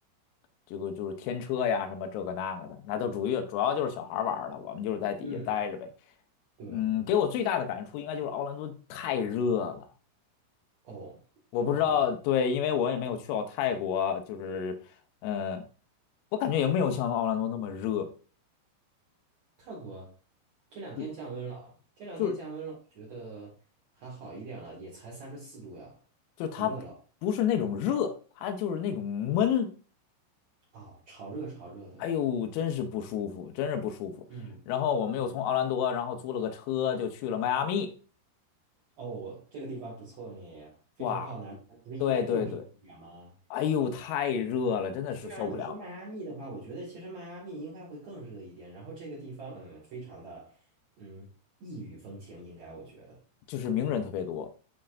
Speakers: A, on the left; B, on the right.
A: 这个就是天车呀什么这个那个的，那都主要主要就是小孩玩儿了，我们就是在底下待着呗。
B: 嗯，对，
A: 嗯，给我最大的感触应该就是奥兰多太热了。
B: 哦，
A: 我不知道，
B: 多少度呀？
A: 对，因为我也没有去到泰国，就是，嗯，我感觉也没有像奥兰多那么热，
B: 泰国这两天降温了，
A: 就
B: 这两天降温了，
A: 就是
B: 我觉得还好一点了，也才三十四度呀，
A: 就是它
B: 不热了
A: 不是那种热，它就是那种闷，
B: 啊，潮热潮热的。
A: 哎呦，真是不舒服，真是不舒服。
B: 嗯，
A: 然后我们又从奥兰多，然后租了个车就去了迈阿密，
B: 哦，这个地方不错呢，非常靠南，
A: 哇，
B: 不是应该更热一点吗？
A: 对对对，哎呦，太热了，真的是受不了，
B: 对啊，你说迈阿密的话，我觉得其实迈阿密应该会更热一点，然后这个地方，嗯，非常的，嗯，异域风情，应该我觉得，
A: 就是名人特别多。